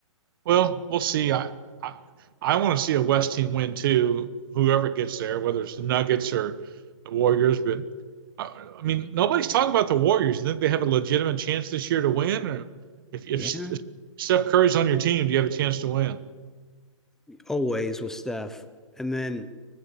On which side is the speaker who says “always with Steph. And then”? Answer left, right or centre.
Centre